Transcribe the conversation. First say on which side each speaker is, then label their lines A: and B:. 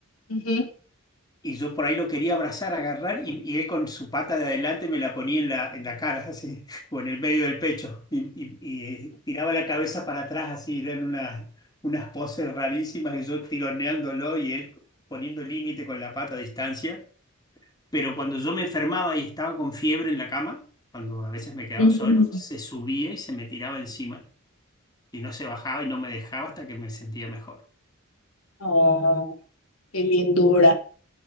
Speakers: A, on the left (about 75°); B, on the left (about 20°).
A: Ujú,
B: Y yo por ahí lo quería abrazar, agarrar, y, y él con su pata de adelante me la ponía en la, en la cara, así, <laughs> o en el medio del pecho, y, y- y, eh, tiraba la cabeza para atrás, así, eran una- unas poses rarísimas, y yo tironeándolo y él poniendo límite con la pata a distancia. Pero cuando yo me enfermaba y estaba con fiebre en la cama, cuando a veces me quedaba
A: ujú.
B: solo, se subía y se me tiraba encima, y no se bajaba y no me dejaba hasta que me sentía mejor.
A: Oh, qué lindura.